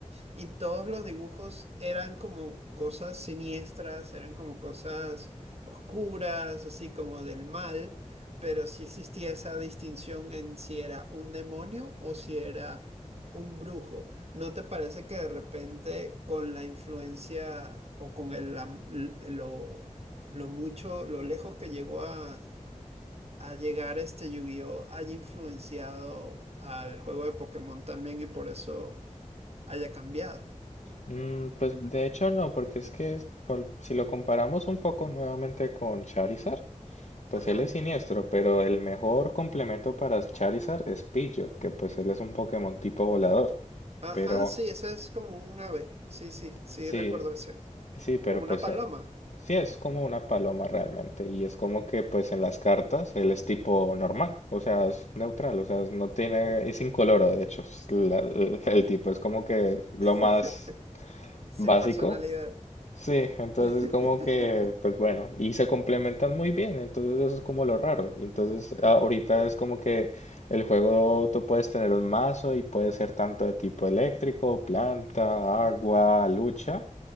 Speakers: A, on the right; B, on the left.
A: Y todos los dibujos eran como cosas siniestras, eran como cosas oscuras, así como del mal, pero sí existía esa distinción en si era un demonio o si era un brujo. ¿No te parece que de repente con la influencia o con el, am- l- lo, lo mucho, lo lejos que llegó a, a llegar este Yu-Gi-Oh haya influenciado al juego de Pokémon también y por eso haya cambiado?
B: Mm, pues de hecho no, porque es que es- por- si lo comparamos un poco nuevamente con Charizard, pues
A: Ajá.
B: él es siniestro, pero el mejor complemento para Charizard es Pidgeot, que pues él es un Pokémon tipo volador.
A: Ajá,
B: Pero
A: sí, eso es como un ave. Sí, sí, sí,
B: sí,
A: recuerdo ese.
B: sí, pero
A: Como una
B: pues
A: paloma.
B: eh, sí es como una paloma realmente y es como que pues en las cartas él es tipo normal, o sea, es neutral, o sea, no tiene, es incoloro de hecho, es la- el, el tipo es como que
A: <laughs>
B: lo más
A: Sin
B: básico
A: personalidad.
B: Sí, entonces
A: <laughs>
B: como que, pues bueno, y se complementan muy bien, entonces eso es como lo raro. Entonces a- ahorita es como que el juego tú puedes tener un mazo y puede ser tanto de tipo eléctrico, planta, agua, lucha,